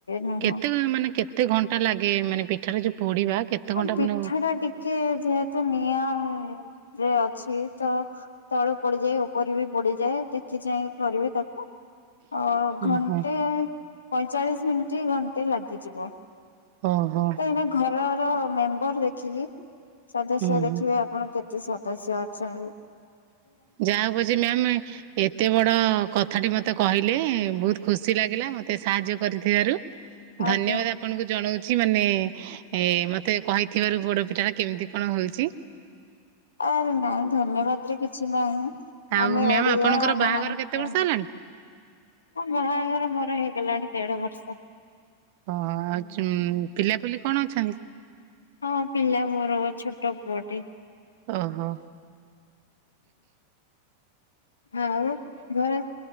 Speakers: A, on the left; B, on the right.
A: ନୁହଁ
B: କେତେ ମାନେ କେତେ ଘଣ୍ଟା ଲାଗେ ଏ ମାନେ ପିଠାରେ ଯୋଉ ପୋଡିବା କେତେ
A: ହଁ
B: ଘଣ୍ଟା
A: ପିଠା
B: ମାନେ
A: ଟା ଟିକେ ଯେହେତୁ ନିଆଁ ରେ ଅଛି ତ ତଳୁ ପୋଡିଯାଏ, ଉପରେ ବି ପୋଡିଯାଏ। ଦେଖି ଚାହିଁ କରିବେ ତାକୁ। ଅ, ଘଣ୍ଟେ
B: ଓହୋ
A: ପଇଁଚାଳିଶ ମିନିଟ୍ ଘଣ୍ଟେ ଲାଗିଯିବ।
B: ଓହୋ
A: ତ ଏଇନା ଘରର ମେମ୍ବର୍ ଦେଖିକି ସଦସ୍ୟ
B: ହୁଁ
A: ଦେଖିବେ
B: ହୁଁ
A: ଆପଣ କେତ ତେ ସଦସ୍ୟ ଅଛନ୍
B: ଯାହା ହଉ ପଛେ ମ୍ୟାାମ୍ ଏତେ ବଡ କ ଥାଟି ମୋତେ କହିଲେ ବହୁତ ଖୁସି ଲାଗିଲା। ମୋତେ ସାହାଯ୍ୟ କରିଥିବାରୁ
A: ଆଜ୍ଞା
B: ଧନ୍ୟବାଦ ଆପଣଙ୍କୁ ଜଣଉ ଛି, ମାନେ ଏ ମତେ କହିଥିବାରୁ ପୋଡପିଠା ଟା କେମିତି କଣ ହଉଛି।
A: ଆରେ ନାଇଁ ଧନ୍ୟବାଦ ରେ କିଛି ନାହିଁ।
B: ଆଉ
A: ଆମେ
B: ମ୍ୟାମ
A: ଓଡିଆ
B: ଆପଣଙ୍କର
A: ଆମ
B: ବାହାଘର
A: ମାନଙ୍କ
B: କେତେ
A: ପାଇଁ,
B: ବର୍ଷ ହେଲାଣି?
A: ହଁ ବାହାଘର ମୋର ହେଇଗଲାଣି ଦେଢ ବର୍ଷ।
B: ଓ ଆଉ ଚୁଁ, ପିଲାପଲିି କଣ ଅଛନ୍ତି?
A: ହଁ ପିଲା ମୋର ଛୋଟ ପୁଅଟି।
B: ଓହୋ!
A: ଆଉ ଘରେ